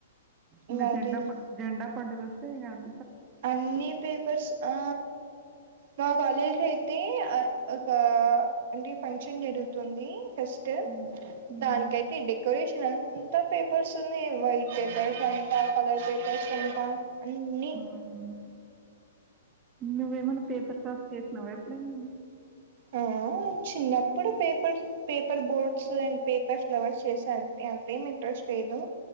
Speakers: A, on the right; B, on the right.
A: ఇంగ
B: ఇంక జండా
A: అదేలే
B: జెండా పండుగ వస్తే అన్
A: అన్నీ పేపర్స్ ఆ మా కాలేజ్ అయితే ఒక అంటే ఫంక్షన్ జరుగుతుంది ఫస్ట్
B: హ్మ్. హ్మ్.
A: దానికయితే డెకరేషన్ అంతా. అంత పేపర్స్ ఉన్నాయి వైట్ పేపర్స్ అంట కలర్ పేపర్స్ అంత అన్నీ.
B: హ్మ్. నువ్వేమన్నా పేపర్ క్రాఫ్ట్ చేసినావా ఎప్పుడైనా?
A: ఆ చిన్నప్పుడు papers paper boats and paper flowers చేశా అంతే అంతేమి ఇంట్రెస్ట్ లేదు